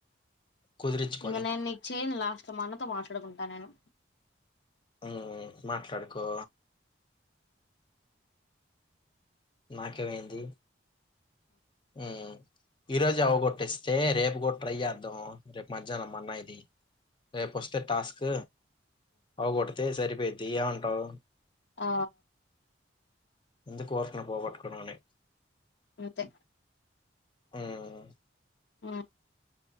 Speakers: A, on the left; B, on the left.
A: కుదిరిచ్చుకొని.
B: ఇంగ నేను నీకు చెయ్యను లాస్ట్ మా అన్నతో మాట్లాడుకుంటా నేను
A: ఉమ్ మాట్లాడుకో నాకేమైంది ఉమ్ ఈ రోజేె అవ్వ గొటేస్తే రేపు గూడా ట్రై జేద్దాం రేపు మధ్యాహ్నం మా అన్నయ్యది రేపొస్తే టాస్క్ అవ్వ గొడితే సరిపోయిద్ది ఏమంటావు
B: ఆ
A: ఎందుకు ఊరికినే పోగొట్టుకోవడం అని
B: అంతే
A: ఉమ్
B: ఉమ్